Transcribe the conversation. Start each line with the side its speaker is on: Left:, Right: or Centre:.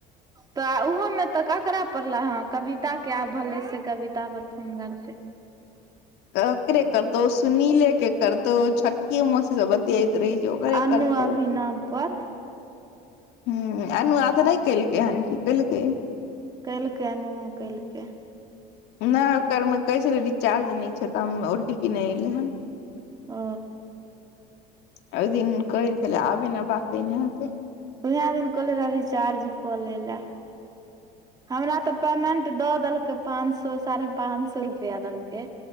Right: तऽ ओहो में तऽ ककरा पड़ल हँ कविता के आब भेलै से कविता पर फोन करते
Left: ककरे करतौ सुनीले के करतौ छोटकी मोस जर त तऽ रहि जौगरे
Right: अनु
Left: त त
Right: अभिनव पर
Left: ह आनू आ तऽ नहि कलके ह क कलके
Right: कलके अनहो कलके
Left: नहि ओकरमे कहै छलै रिचार्ज नहि छै तऽ ओ टी पी नहि एलै हन
Right: ओ
Left: अ दी कै छल आब ने बकी नहित
Right: उहा दिन कले रही चार्ज कऽ ले ले हमरा तऽ पेमेंट दऽ देलकै पांच सए साढ़े पांच सए रुपआ देलकै